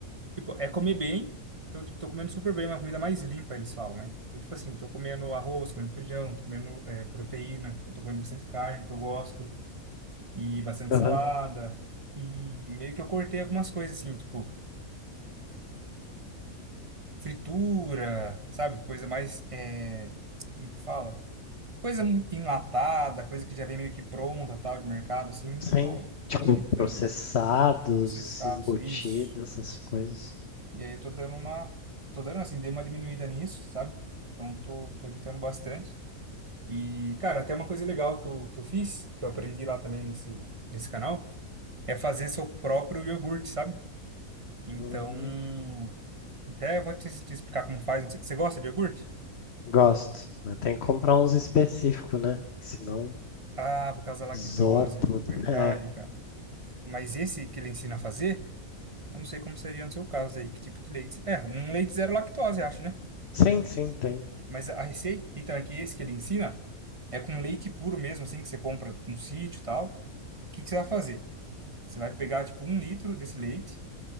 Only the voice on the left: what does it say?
Aham.
Sim,
tipo
processados,
embutidos,
essas coisas.
Hum,
gosto. Mas tem que comprar uns específicos, né? Que Senão
zoa tudo.
<laughs> É.
Sim, sim, tem.